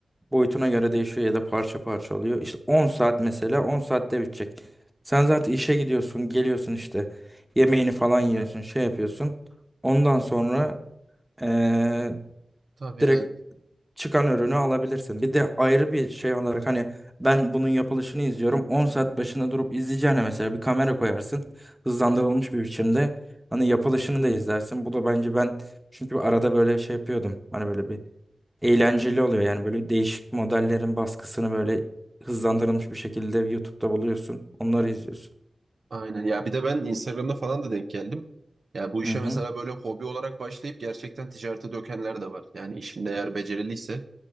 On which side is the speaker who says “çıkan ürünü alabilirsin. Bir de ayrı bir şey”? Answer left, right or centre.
Centre